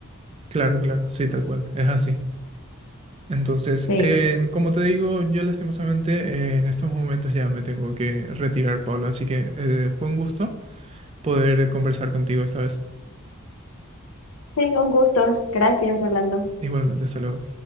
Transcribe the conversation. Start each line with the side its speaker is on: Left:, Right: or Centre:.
Right: Claro, claro, sí, tal cual, es así. Entonces,
Left: Sí.
Right: eh, como te digo, yo lastimosamente eh, en estos momentos ya me tengo que retirar, Pablo, así que eh, fue un gusto poder conversar contigo esta vez.
Left: Sí, un gusto. Gracias, Rolando.
Right: Igualmente, hasta luego.